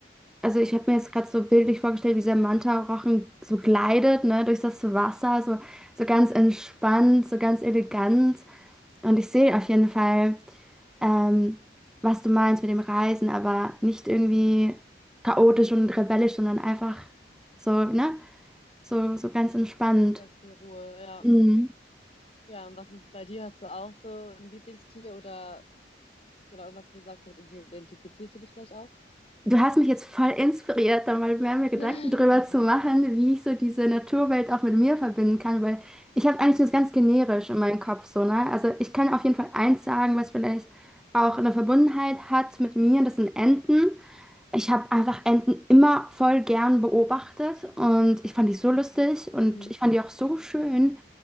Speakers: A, in the centre; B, on the left.
A: also ich habe mir jetzt gerade so bildlich vorgestellt, wie dieser Manta-Rochen so gleitet, ne, durch das Wasser, so, so ganz entspannt, so ganz elegant. Und ich sehe auf jeden Fall, ähm, was du meinst mit dem Reisen, aber nicht irgendwie chaotisch und rebellisch, sondern einfach so, ne? So, so ganz entspannt.
B: Ganz viel Ruhe, ja.
A: Mhm.
B: Ja, und was ist bei dir? Hast du auch so ein Lieblingstier oder genau irgendwas, wo du sagst, damit identifizierst du dich vielleicht auch?
A: Du hast mich jetzt voll inspiriert, da mal mehr mir Gedanken
B: <laughs> Mhm.
A: drüber zu machen, wie ich so diese Naturwelt auch mit mir verbinden kann, weil ich habe eigentlich das ganz generisch in meinem Kopf so, ne? Also ich kann auf jeden Fall eins sagen, was vielleicht auch eine Verbundenheit hat mit mir, das sind Enten. Ich habe einfach Enten immer voll
B: Witzig.
A: gern beobachtet und ich fand die so lustig und
B: Mhm.
A: ich fand die auch so schön.